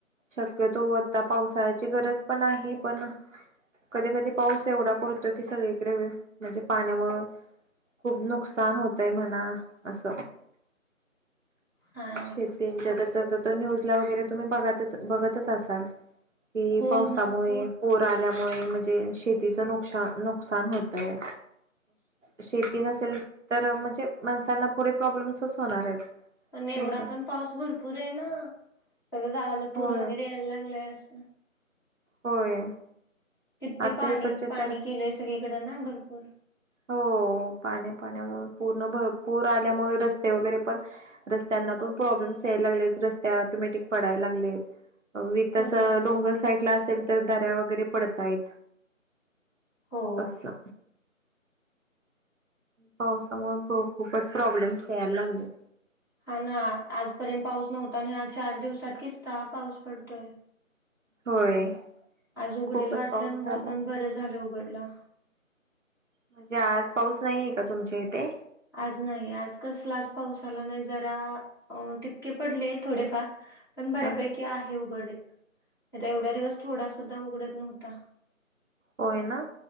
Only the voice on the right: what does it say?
शक्यतो आता पावसाळ्याची गरज पण आहे पण कधी कधी पाऊस एवढा पडतो की सगळीकडे म्हणजे पाण्यामुळ खूप नुकसान होतय म्हणा अस.
शेतीच्या तसं तर न्यूजला वगैरे तुम्ही बघ बघतच असाल. कि
पावसामुळे
पुर आल्यामुळे म्हणजे शेतीचं नुकसा नुकसान होतय. शेती नसेल तर म्हणजे माणसांना पुढे प्रॉब्लेम्सच होणार आहेत.
नाही का
होय
होय
आता
इकडचे
तर
हो पाण्या पाण्यामुळे पूर्ण भरपूर आल्यामुळे रस्ते वगैरे पण रस्त्यांना पण प्रॉब्लेम्स यायला लागलेत रस्त्या ऑटोमॅटिक पडाय लागलेत. विथ
असं
डोंगर साईडला असेल तर दऱ्या वगैरे पडत आहेत.
असं पावसामुळे ख खूपच प्रॉब्लेम्स यायला लागलेत.
होय
खूपच
पाऊस
झालाय
म्हणजे आज पाऊस नाहीये का तुमच्या इथे?
हा
होय ना